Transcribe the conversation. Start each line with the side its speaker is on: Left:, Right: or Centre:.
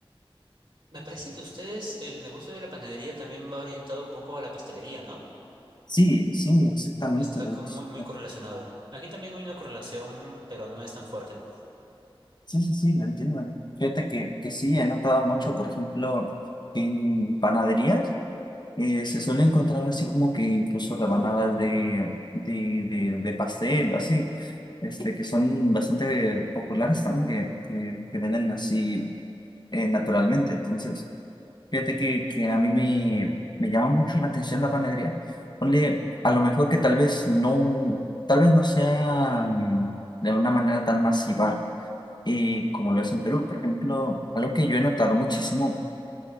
Right: me parece que ustedes, el negocio de la panadería también va orientado un poco a la pastelería, ¿no?
Left: sí, sí, exactamente,
Right: Está
Left: de
Right: como
Left: hecho.
Right: muy, muy correlacionado. Aquí también hay una correlación, pero no es tan fuerte.
Left: Sí, sí, sí, lo entiendo. Fíjate que, que sí, he notado mucho, por ejemplo, en panaderías eh, se suele encontrar así como que incluso rebanadas de, de, de, de pastel o así, este, que son bastante populares también, que, que, que venden así eh, naturalmente. Entonces, Fíjate que, que a mí me, me llama mucho la atención la panadería. Ponle, a lo mejor que tal vez no, tal vez no sea mm, de una manera tan masiva eh, como lo es en Perú. Por ejemplo, algo que yo he notado muchísimo